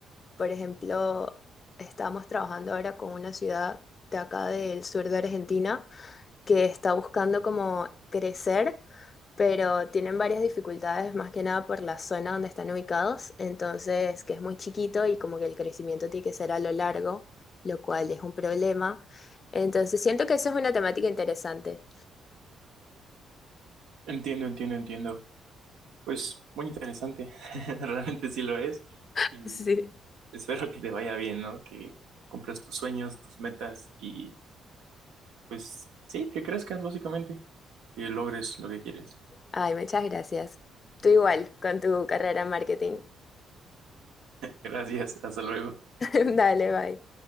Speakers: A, on the left (about 40°); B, on the right (about 85°).
A: por ejemplo, estamos trabajando ahora con una ciudad de acá del sur de Argentina que está buscando como crecer, pero tienen varias dificultades, más que nada por la zona donde están ubicados, entonces que es muy chiquito y como que el crecimiento tiene que ser a lo largo, lo cual es un problema. Entonces siento que eso es una temática interesante.
B: Entiendo, entiendo, entiendo. Pues muy interesante, <laughs> realmente sí lo es.
A: <laughs>
B: Y
A: Sí.
B: espero que te vaya bien, ¿no? Que cumplas tus sueños, tus metas y pues sí, que crezcas básicamente. que logres lo que quieres.
A: Ay, muchas gracias. Tú igual con tu carrera en marketing.
B: Gracias, hasta luego.
A: <laughs> Dale, bye.